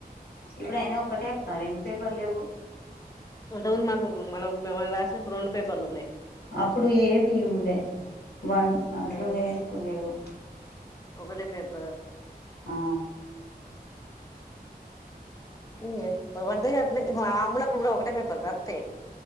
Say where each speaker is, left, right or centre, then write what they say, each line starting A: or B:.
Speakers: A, on the left; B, on the left.
A: ఇప్పుడు అయిన ఒక్కటే అక్క రెండు పేపర్లు లేవు
B: ఇంతక ముందు మాకు మనం మేము రాసినప్పుడు రెండు పేపర్లు ఉన్నాయి
A: అప్పుడు ఏ బి ఉండే వన్ అట్లు
B: ఆ
A: ఉండే కాని ఇప్పుడు లేవు
B: ఒకటే పేపర్
A: ఆ
B: ఇగా ఇప్పుడుపడితే అట్లే మామ్ళప్పుడు కూడా ఒకటే పేపర్ కరెక్టే